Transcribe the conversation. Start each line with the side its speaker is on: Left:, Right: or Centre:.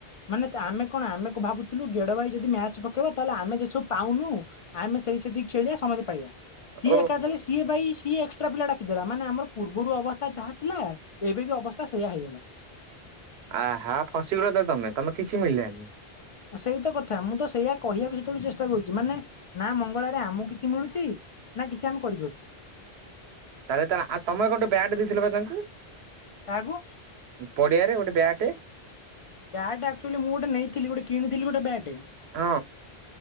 Left: ମାନେ ତା ଆମେ କଣ ଆମେ ଭାବୁଥିଲୁ ଗେଡ ଭାଇ ଯଦି ମ୍ୟାଚ ପକେଇବ ତାହେଲେ ଆମେ ଯେସବୁ ପାଉନୁ ଆମେ ସେଇ ସେଠି ଖେଳିଆ ସମସ୍ତେ ପାଇବା ସିଏ
Right: ଓହୋ
Left: ଏକା ଦେଲେ ସିଏଇ ବାଇ ସିଏ କେତେଟା ପିଲା ଡାକିଦେଲା ମାନେ ଆମର ପୂର୍ବରୁ ଅବସ୍ଥା ଯାହା ଥିଲା ଏବେ ବି ଅବସ୍ଥା ସେଇଆ ହେଇଗଲା
Right: ଆ ହା ଫସିଗଲ ତ ତମେ ତମେ କିଛି ମିଳିଲାନି
Left: ସେଇତ କଥା ମୁଁ ତ ସେଇୟଆ କହିବାକୁ ସେତେବେଳେ ଚେଷ୍ଟା କରୁଛି ମାନେ ନା ମଙ୍ଗଳାରେ ଆମକୁ କିଛି ମିଳୁଛି ନା କିଛି ଆମେ କରିପାରୁଛୁ
Right: ତାହେଲେ ତାହେଲେ ଆଉ ତମେ ଗୋଟେ ବ୍ୟାଟ ଦେଇଥିଲ ବା ତାଙ୍କୁ
Left: କାହାକୁୁ
Right: ପଡିଆରେ ଗୋଟେ ବ୍ୟାଟ
Left: ବ୍ୟାଗ ଆକ୍ଚଆଲି ମୁଁ ଗୋଟେ ନେଇଥିଲି ଗୋ କିଣିଥିଲି ଗୋଟେ ବ୍ୟାଟ
Right: ହଁ